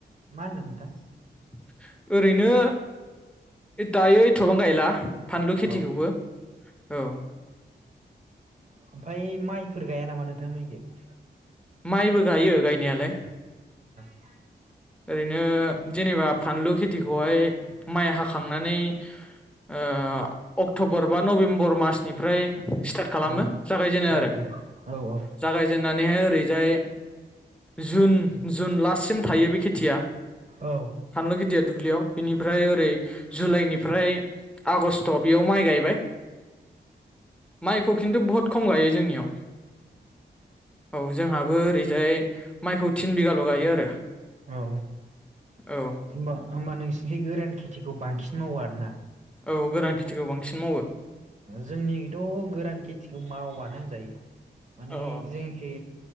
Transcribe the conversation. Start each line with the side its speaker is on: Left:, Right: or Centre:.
Right: मा होनदों नोंथां?
Centre: <unintelligible> ओरैनो दायो एथबां गायला फानलु खेथिखौबो
Right: औ
Centre: औ
Right: ओमफफ्राय माइफोर गाया नामा नोंथांमोननिथिं?
Centre: माइबो गायो गायनायालाय
Right: <unintelligible>
Centre: ओरैनो जेनेबा फानलु खेथि बेवहाय माइ हाखांनानै ओ अक्टबर बा नभेम्बर मासनिफ्राय स्टार्ट खालामो
Right: ओ औ
Centre: जागायजेनो
Right: औ
Centre: आरो
Right: औ
Centre: जागायजेन्नानैहाय ओरैजाय जुन, जुन लासिम थायो बे खेथिया।
Right: औ औ
Centre: फानलु गिदिर दुब्लियाव बिनिफ्राय ओरै जुलाइनिफ्राय आगस्ट बेयाव माइ गायबाय माइखौ खिन्थु बहुत खम गायो जोंनियाव। औ जोंहाबो ओरैजाय माइखौ थिन बिगाल' गायो आरो।
Right: औ
Centre: औ
Right: होमबा नोंसि निथिं गोरानखि थिखौ बांसिन मावो आरोना?
Centre: औ गोरान खेथिखौ बांसिन मावो।
Right: जोंनिथ गोरान खेथिखौ मावानो होनजायो। माने
Centre: औ
Right: जोंनिखि।